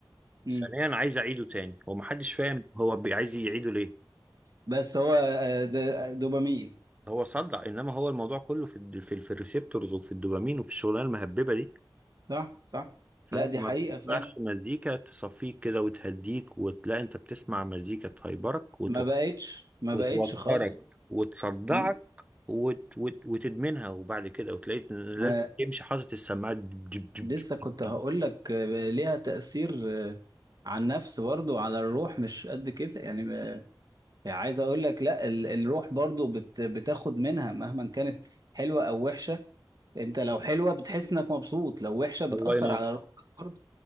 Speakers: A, on the right (about 50°); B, on the right (about 15°).
A: مم.
B: ثانيا عايز اعيده تاني هو محدش فاهم هو بي- عايز يعيده ليه
A: بس هو آه، ده دوبامين
B: هو صدع انما هو الموضوع كله في الد- في, ال- في الريسبتورز وفي الدوبامين وفي الشغلانه المهببه دي
A: صح صح
B: فانت
A: لا دي
B: ما
A: حقيقة
B: بتسمعش
A: فعلا
B: مزيكا تصفيك كده وتهديك وتلاقي انت بتسمع مزيكا تهيبرك وتو-
A: ما بقتش ما
B: وتوترك
A: بقتش خالص
B: وتصدعك
A: مم.
B: وت... وت... وتدمنها وبعد كده وتلاقيك لازم
A: آه،
B: تمشي حاطط السماعات دب- دب- دب-
A: لسه كنت هقول
B: دب- دب.
A: لك آه، ليها تأثير آه، على النفس برضو على الروح مش قد كده يعني ما- يعني عايز اقول لك لا ال- الروح برضو بت بتاخد منها مهما كانت حلوة او وحشة انت لو حلوه بتحس انك مبسوط لو وحشه بتاثر
B: الله ينور
A: على روحك برضه